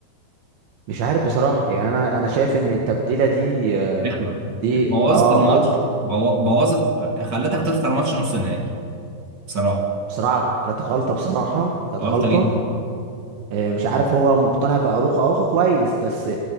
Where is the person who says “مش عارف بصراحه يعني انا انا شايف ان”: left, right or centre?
Right